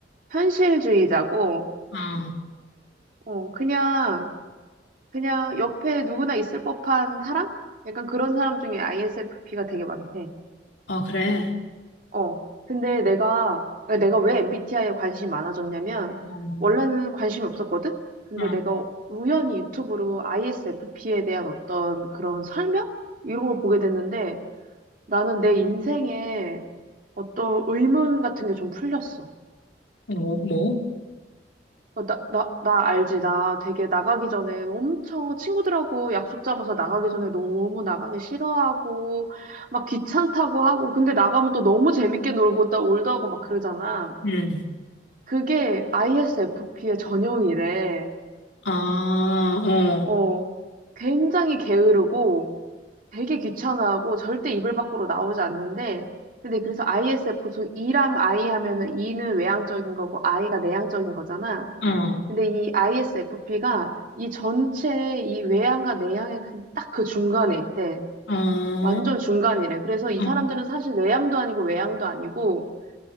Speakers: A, on the right (about 50°); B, on the left (about 80°).
A: 현실주의자고,
B: 어,
A: 어, 그냥, 그냥 옆에 누구나 있을 법한 사람? 약간 그런 사람 중에 ISFP가 되게 많대.
B: 어, 그래.
A: 어, 근데 내가, 그러니까 내가 왜 MBTI에 관심이 많아졌냐면,
B: 음.
A: 원래는 관심이 없었거든? 근데
B: 어.
A: 내가 우연히 유튜브로 ISFP에 대한 어떤 그런 설명? 이런 걸 보게 됐는데, 나는 내 인생에 어떤 의문 같은 게 좀 풀렸어.
B: 뭐, 뭐?
A: 어, 나, 나, 나 알지. 나 되게 나가기 전에 엄청 친구들하고 약속 잡아서 나가기 전에 너무 나가기 싫어하고, 막 귀찮다고 하고, 근데 나가면 또 너무 재밌게 놀고 또 올드하고 막 그러잖아.
B: 음.
A: 그게 ISFP의 전형이래.
B: 아, 어,
A: 어, 굉장히 게으르고 되게 귀찮아하고 절대 이불 밖으로 나오지 않는데 근데 그래서 ISF 보통 E랑 I 하면은 E는 외향적인 거고 I가 내향적인 거잖아.
B: 어,
A: 근데 이 ISFP가 이 전체 이 외향과 내향의 그, 딱그 중간에 있대.
B: 어.
A: 완전 중간이래. 그래서 이
B: 어.
A: 사람들은 사실 내향도 아니고 외향도 아니고